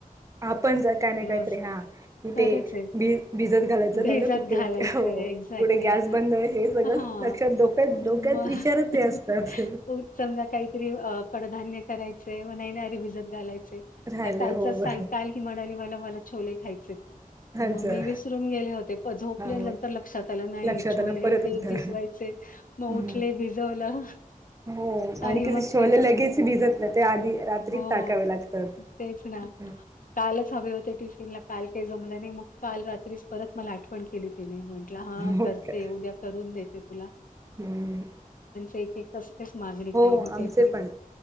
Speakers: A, on the right; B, on the left.
A: आपण जर काय नाही काहीत
B: असतं.
A: रे हा कुठे
B: खरंच आहे.
A: भि भिजत घालायच.
B: भिजत
A: कुठे
B: घालायचंय
A: कठे
B: एक्झॅक्ट, एक्झॅक्ट.
A: गस बंद हे सगळ
B: हां.
A: लक्षात क्यात
B: मग
A: डत. शर ते असतात.
B: समजा काहीतरी कडधान्य करायचे मण येणारे भिजत घालायचे.
A: राहिले
B: अ कालचा
A: हो
B: सांग
A: बरोबर
B: काल ही म्हणाली मला मला छोले खायचे. मग
A: अच्छा
B: मी विसरून गेले होते प झोपले
A: हा
B: नंतर लक्षात आलं नाही
A: लक्षात
B: छोले
A: आलं परत
B: ते
A: उठा.
B: भिजवायचे. मग
A: हम्म.
B: उठले भिजवलं.
A: हो
B: आणि
A: कसे
B: मग
A: छोले
B: परत
A: लगेच
B: झोपली
A: भिजत नाही ते आधी रात्रीच
B: हो
A: टाकावे लागतात.
B: तेच ना.
A: हम्म.
B: कालच हवे होते टिफिनला काल काही जमलं नाही मग काल रात्रीच परत मला आठवण केली तिने म्हण. ह
A: हो
B: कर
A: काय
B: उद्या दे तु.
A: हम्म.
B: एक असतेच मागणी काही
A: हो
B: ना
A: आमचे
B: काहीतरी.
A: पण